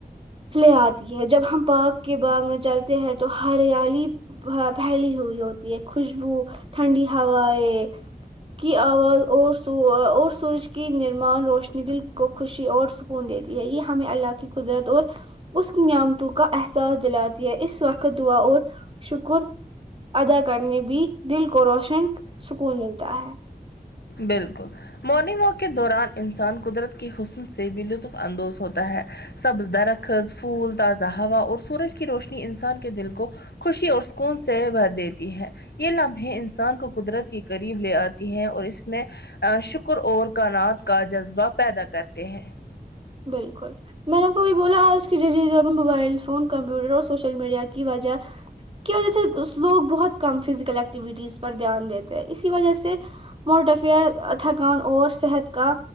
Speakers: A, on the right; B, on the left.
A: لے آتی ہے جب ہم پارک کے باغ میں چلتے ہیں تو ہریالی پھیلی ہوئی ہوتی ہے خوشبو ٹھنڈی ہوائیں کی آواز اور اور سور سورج کی نر مان روشنی دل کو خوشی اور سکون دیتی ہے یہ ہمیں اللہ کی قدرت اور اس نیامتاؤ کا احساس دلاتی ہے اس وقت دعا اور شکر ادا کرنے بھی دل کو روشن سکون ملتا ہے
B: بالکل مارننگ واک کے دوران انسان قدرت کے حسن سے بھی لطف اندوز ہوتا ہے سبز درخت پھول تازہ ہوا اور سورج کی روشنی انسان کے دل کو خوشی اور سکون سے بھر دیتی ہے یہ لمحے انسان کو قدرت کے قریب لے آتی ہے اور اس اس میں شکر اور کائنات کا جذبہ پیدا کرتے ہیں
A: بالکل میں نے آپ کو ابھی بولا آج کی جنریشن موبائل فون کمپیوٹر اور سوشل میڈیا کی وجہ کی وجہ سے لوگ بہت کم فزیکل ایکٹیویٹیز پر دھیان دیتے ہیں اسی وجہ سے موٹافیا تھکان اور صحت کا